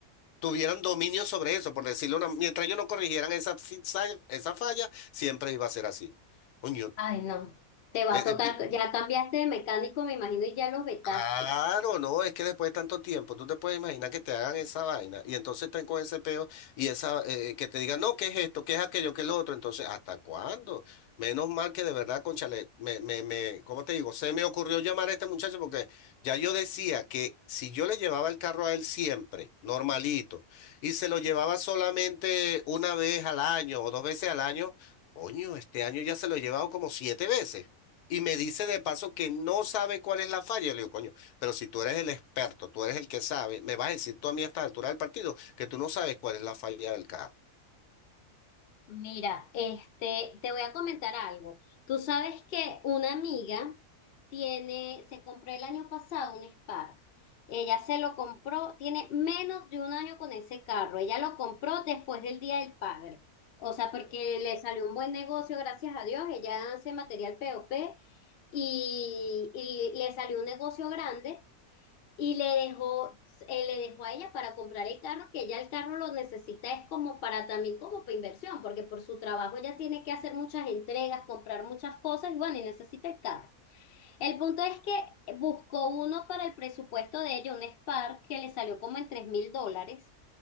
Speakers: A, on the left (about 80°); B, on the left (about 65°).
A: tuvieran dominio sobre eso, por decirlo una, mientras ellos no corrigieran esa, fi- sa- esa falla, siempre iba a ser así. Coño,
B: Ay, no. Te va
A: eh,
B: a tocar,
A: eh,
B: ya cambiaste de mecánico, me imagino, y ya los vetaste.
A: Claro, no, es que después de tanto tiempo, tú te puedes imaginar que te hagan esa vaina y entonces están con ese peo y esa eh, que te digan, no, ¿qué es esto? ¿Qué es aquello? ¿Qué es lo otro? Entonces, ¿hasta cuándo? Menos mal que de verdad, conchale, me, me, me, ¿cómo te digo? Se me ocurrió llamar a este muchacho porque ya yo decía que si yo le llevaba el carro a él siempre, normalito, y se lo llevaba solamente una vez al año o dos veces al año, coño, este año ya se lo he llevado como siete veces. Y me dice de paso que no sabe cuál es la falla. Yo le digo, coño, pero si tú eres el experto, tú eres el que sabe, me vas a decir tú a mí a esta altura del partido que tú no sabes cuál es la falla del carro.
B: Mira, este, te voy a comentar algo. Tú sabes que una amiga tiene, se compró el año pasado un Spark. Ella se lo compró, tiene menos de un año con ese carro. Ella lo compró después del Día del Padre. O sea, porque le salió un buen negocio, gracias a Dios. Ella hace material POP y, y le salió un negocio grande y le dejó, eh, le dejó a ella para comprar el carro, que ella el carro lo necesita, es como para también como para inversión, porque por su trabajo ella tiene que hacer muchas entregas, comprar muchas cosas y bueno, y necesita el carro. El punto es que buscó uno para el presupuesto de ella, un Spark que le salió como en tres mil dólares.